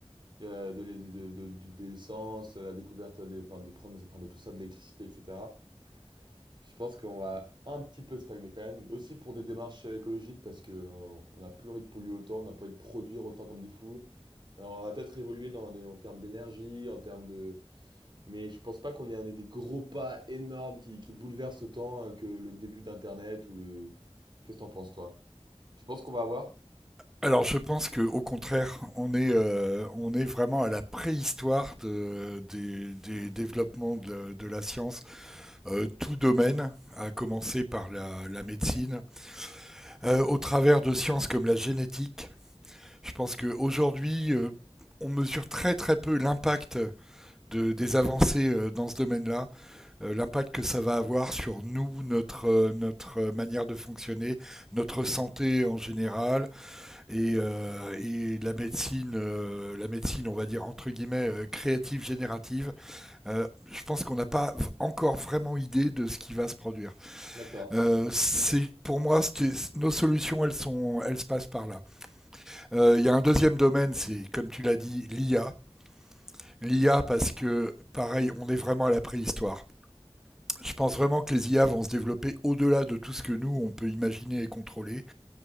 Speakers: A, on the right; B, in the centre.
A: de, de, de, de- de- de- de l'essence, la découverte des, enfin, des problèmes, enfin, de tout ça, de l'électricité, etc. Je pense qu'on va un petit peu stagner quand même, aussi pour des démarches euh, écologiques parce qu'on n'a plus envie de polluer autant, on n'a pas envie de produire autant comme des fous. Alors, on va peut-être évoluer dans, des- en termes d'énergie, en termes de... Mais je pense pas qu'on ait un des gros pas énormes qui, qui bouleversent autant euh, que le début d'Internet ou le... Qu'est-ce que t'en penses, toi? Tu penses qu'on va avoir?
B: Alors je pense que, au contraire, on est, euh, on est vraiment à la préhistoire de- des, des développements de, la de la science, Euh, tout domaine, à commencer par la, la médecine, Euh, au travers de sciences comme la génétique. Je pense qu'aujourd'hui, euh, on mesure très très peu l'impact de- des avancées euh, dans ce domaine-là, euh, l'impact que ça va avoir sur nous, notre, euh, notre manière de fonctionner, notre santé en général, et, euh, et la médecine, euh, la médecine, on va dire entre guillemets euh, créative générative, euh, je pense qu'on n'a pas v- encore vraiment idée de ce qui va se produire.
A: D'accord.
B: Euh, c'est pour moi, c'était- nos solutions, elles sont, elles se passent par là. Euh, Il y a un deuxième domaine, c'est comme tu l'as dit, l'IA. L'IA parce que pareil, on est vraiment à la préhistoire. Je pense vraiment que les IA vont se développer au-delà de tout ce que nous on peut imaginer et contrôler.